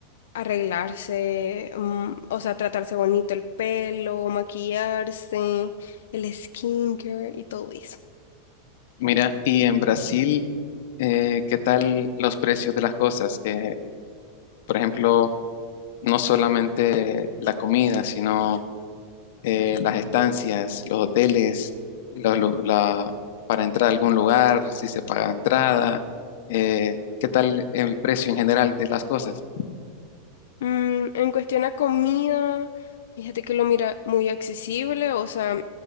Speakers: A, on the left (about 85°); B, on the left (about 55°).
A: arreglarse, mm, o sea, tratarse bonito el pelo, maquillarse, el skincare y todo eso.
B: mira, y en Brasil, eh, ¿qué tal los precios de las cosas? Eh, por ejemplo, no solamente la comida, sino eh, las estancias, los hoteles, los lu- la- para entrar a algún lugar, si se paga entrada, eh, qué tal el precio en general de las cosas.
A: Mm, en cuestión a comida, fíjate que lo mira muy accesible, o sea,